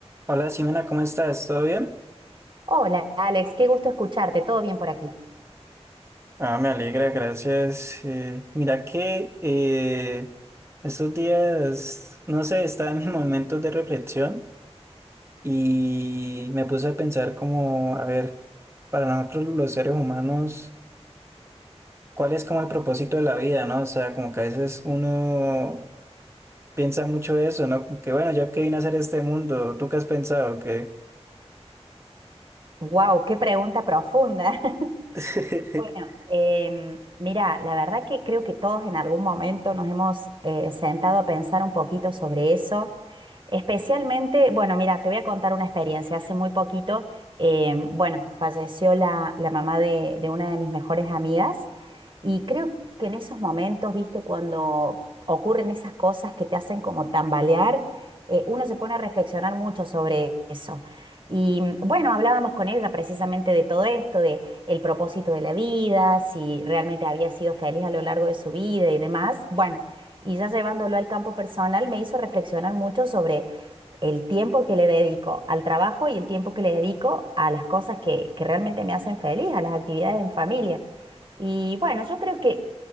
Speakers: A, on the right; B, on the right.
A: Hola Simena, ¿cómo estás? ¿Todo bien?
B: Hola Alex, qué gusto escucharte, todo bien por aquí.
A: Ah, me alegra, gracias. Eh, mira que eh, estos días, no sé, estaba en mis momentos <laughs> de reflexión y me puse a pensar como, a ver, para nosotros los seres humanos, ¿cuál es como el propósito de la vida, no? O sea, como que a veces uno piensa mucho eso, ¿no? Como que bueno, yo qué vine a hacer a este mundo, ¿tú qué has pensado? que
B: Wow, qué pregunta profunda. <laughs>
A: <laughs>
B: Bueno, em, mira, la verdad que creo que todos en algún momento nos hemos eh, sentado a pensar un poquito sobre eso. Especialmente, bueno, mira, te voy a contar una experiencia. Hace muy poquito, em, bueno, falleció la, la mamá de, de una de mis mejores amigas y creo que en esos momentos, viste, cuando ocurren esas cosas que te hacen como tambalear, eh, uno se pone a reflexionar mucho sobre eso. Y bueno, hablábamos con ella precisamente de todo esto, de el propósito de la vida, si realmente había sido feliz a lo largo de su vida y demás. Bueno, y ya llevándolo al campo personal me hizo reflexionar mucho sobre el tiempo que le dedico al trabajo y el tiempo que le dedico a las cosas que, que realmente me hacen feliz, a las actividades en familia. Y bueno, yo creo que